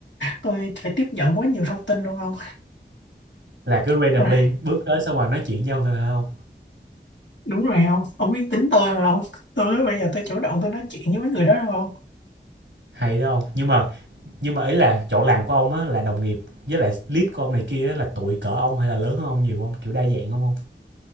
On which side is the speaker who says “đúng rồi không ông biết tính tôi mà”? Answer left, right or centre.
Left